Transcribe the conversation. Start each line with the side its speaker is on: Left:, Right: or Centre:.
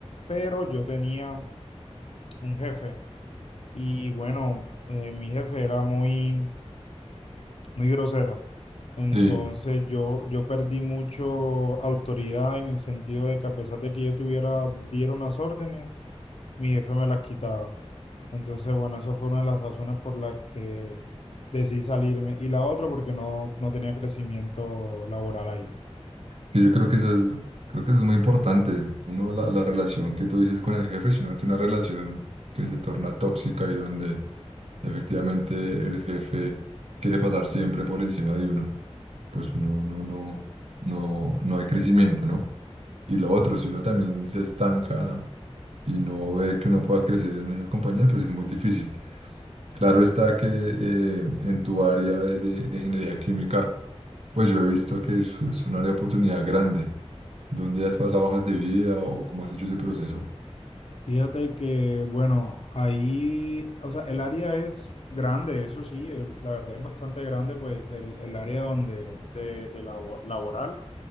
Left: Pero yo tenía un jefe y bueno, eh, mi jefe era muy, muy grosero. Entonces
Right: sí.
Left: yo, yo perdí mucho autoridad en el sentido de que a pesar de que yo tuviera, dieron las órdenes, mi jefe me las quitaba. Entonces, bueno, eso fue una de las razones por las que decidí salirme. Y la otra porque no, no tenía crecimiento laboral ahí.
Right: Es que yo creo que eso es, creo que eso es muy importante. Uno, la, la relación que tú dices con el jefe, si uno tiene una relación que se torna tóxica y donde Efectivamente, el jefe quiere pasar siempre por encima de uno, pues uno no, no, no, no hay crecimiento, ¿no? Y lo otro, si uno también se estanca y no ve que uno pueda crecer en esas compañías, pues es muy difícil. Claro está que eh, en tu área de, de- de ingeniería química, pues yo he visto que es, es un área de oportunidad grande. ¿Dónde has pasado hojas de vida o cómo has hecho ese proceso?
Left: Fíjate que, bueno, ahí, o sea, el área es grande, eso sí, el- la verdad es bastante grande, pues el, el área donde, de, de labo- laboral.